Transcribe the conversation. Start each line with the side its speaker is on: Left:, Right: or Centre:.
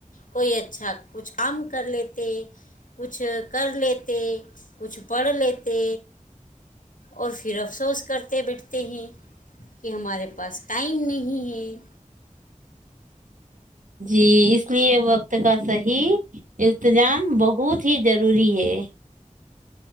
Left: کوئی اچھا کچھ کم کر لیتے کچھ کر لیتے کچھ پڑھ لیتے اور پھر اپ کرتے بیٹھتے ہیں کہ ہمارے پاس ٹائم نہیں ہے
Right: جی اس لیے وقت کا صحیح التجام بہت ہی ضروری ہے